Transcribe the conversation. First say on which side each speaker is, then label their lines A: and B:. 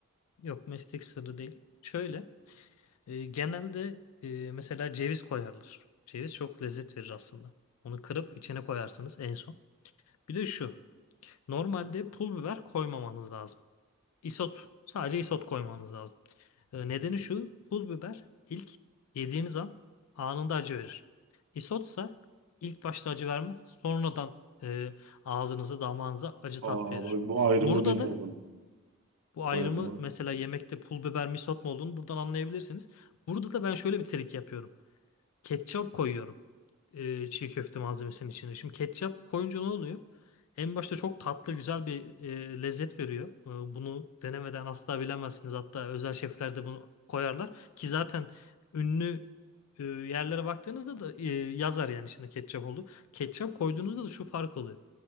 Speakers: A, on the left; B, on the right.
A: Yok meslek sırrı değil. Şöyle. E, genelde e, mesela ceviz koyarlar. Ceviz çok lezzet verir aslında. Onu kırıp içine koyarsınız en son. Bir de şu. Normalde pul biber koymamanız lazım. Isot. Sadece isot koymanız lazım. E, nedeni şu. Pul biber ilk yediğiniz an anında acı verir. Isotsa ilk başta acı vermez. Sonradan e, ağzınıza damağınıza acı
B: Aa
A: tat verir.
B: bak bu ayrımı
A: Burada
B: bilmiyordum.
A: da bu
B: Bu
A: ayrımı
B: ayrımı.
A: mesela yemekte pul biber mi isot mu olduğunu buradan anlayabilirsiniz. Burada da ben şöyle bir trik yapıyorum. Ketçap koyuyorum e, çiğ köfte malzemesinin içine. Şimdi ketçap koyunca ne oluyor? En başta çok tatlı güzel bir e, lezzet veriyor. E, bunu denemeden asla bilemezsiniz. Hatta özel şefler de bunu koyarlar. Ki zaten ünlü e, yerlere baktığınızda da e, yazar yani şimdi ketçap oldu. Ketçap koyduğunuzda da şu fark oluyor.